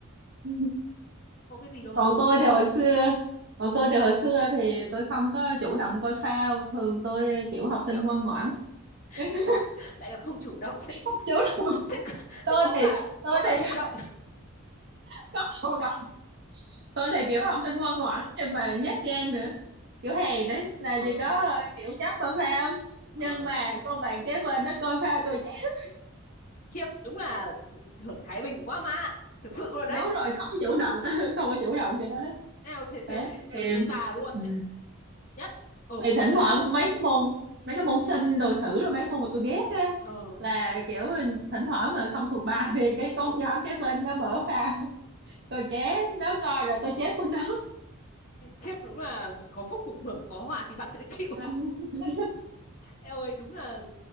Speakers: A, on the right; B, on the left.
A: Ừ.
B: có cái gì đâu mà
A: còn tôi thì hồi xưa còn tôi thì hồi xưa thì tôi không có chủ động coi phao thường tôi kiểu
B: không
A: học
B: chủ
A: sinh
B: động
A: ngoan ngoãn <laughs>
B: lại còn lại còn không chủ động <laughs> thế,
A: không chủ động
B: thế, có-
A: tôi
B: thế có cả
A: thì tôi
B: có cả
A: thì
B: thụ động
A: <laughs> có chủ động tôi thì kiểu học sinh ngoan ngoãn nhưng mà nhát gan nữa kiểu hèn đấy làm
B: ờ
A: gì có ờ, kiểu dám coi phao nhưng
B: ờ
A: mà con bạn kế bên nó coi phao tôi chắc
B: khiếp đúng là hưởng thái bình quá mà thực sự luôn
A: đúng
B: đấy
A: rồi không có chủ động <laughs> không có chủ động cho nó đó
B: nào thế
A: đấy
B: thế thì
A: thì
B: sướng nhất bà luôn
A: ừ.
B: đấy nhất ờ
A: thì
B: công
A: thỉnh
B: nhận
A: thoảng
B: là
A: mấy cái môn mấy cái môn sinh đồ sử rồi mấy môn mà tôi ghét á
B: ờ
A: là kiểu thỉnh thoảng mà không thuộc bài thì cái con nhỏ kế bên nó mở phao coi ké nó coi rồi tôi chết của nó
B: khiếp đúng là có phúc cùng hưởng có họa thì bạn tự chịu
A: <laughs>
B: Ê ơi đúng là